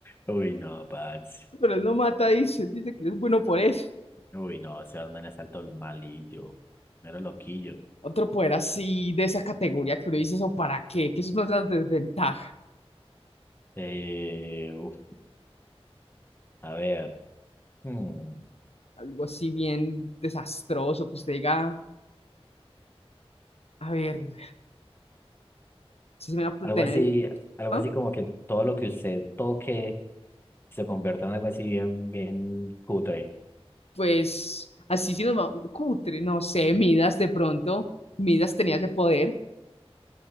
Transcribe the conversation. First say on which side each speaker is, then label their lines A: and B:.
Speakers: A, on the left; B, on the left.
A: Uy, no, parce.
B: Pero él no mata, dice, dice que es bueno por eso.
A: Uy, no, ese Batman es alto malillo. Mero loquillo.
B: Otro poder así de esa categoría que uno dice, ¿eso para qué? Que eso no es la desventaja.
A: Eh, uf, a ver. Hmm.
B: Algo así bien desastroso que usted diga, a ver, si se me va a
A: Algo
B: tener...
A: así, algo
B: ¿Ah?
A: así como que todo lo que usted toque se convierta en algo así bien, bien cutre.
B: pues así si nos vamos, cutre, no sé, Midas de pronto, Midas tenía ese poder,